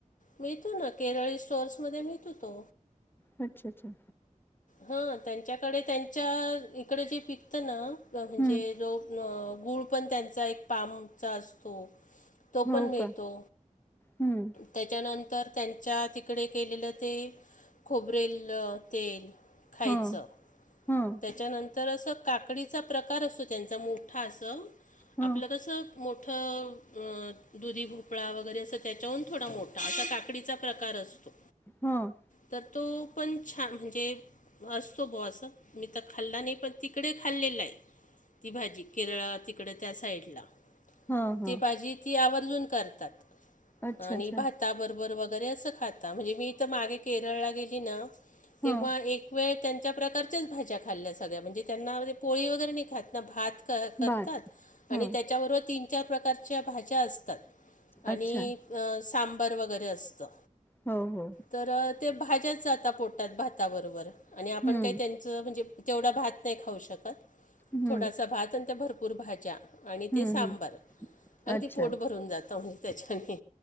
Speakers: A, on the left; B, on the left.
A: मिळतो ना केरळी स्टोअर्समध्ये मिळतो तो
B: अच्छा! अच्छा!
A: ह त्यांच्याकडे त्यांच्या इकडे जे पिकतं ना म्हणजे
B: हम्म
A: जो गूळ पण त्यांचा एक पामचा असतो तो
B: हो
A: पण मिळतो
B: का हम्म
A: त्याच्यानंतर त्यांच्या तिकडे केलेलं ते खोबरेल तेल खायचं
B: हा हा
A: त्याच्यानंतर तर असं काकडीचा प्रकार असतो त्यांचा मोठा असं
B: हा
A: आपलं कसं मोठं दुधी भोपळा वगैरे असं त्याच्याहून थोडा मोठा त्या त्या काकडीचा प्रकार असतो.
B: हं..
A: तर तो पण छान म्हणजे असतो बा असं मी तर खाल्ला नाही पण तिकडे खाल्लेला आहे ती भाजी केरळ तिकड त्या साईड
B: हा हा
A: ती भाजी तीआवर्जून करतात
B: अच्छा
A: आणि
B: अच्छा
A: भा ता बरोबर वगैरे असं खाता म्हणजे मी तर मागे केरळला गेली ना तेव्हा
B: हा
A: एक वेळ त्यांच्या प्रकारच्याच भाज्या खाल्ल्या सगळ्या म्हणजे त्यांना पोळी वगैरे नाही खात भात करतात
B: भात हा
A: आणि त्याच्याबरोबर तीन चार प्रकारच्या भाज्या असतात आणि
B: अच्छा
A: सांबर वगैरे असतं
B: हो हो
A: तर ते भाज्याच जाता पोटतात भाताबरोबर आणि
B: हम्म
A: आपण काही त्यां म्हणजे तेवढा भात नाही खाऊ शकत
B: हम्म
A: थोडासा भात आणि त्या भरपूर भाज्या आणि
B: हम्म
A: ते सांबार
B: हम्म
A: अगदी
B: अच्छा
A: पोट भरून जातं म्हणजे त्याच्याने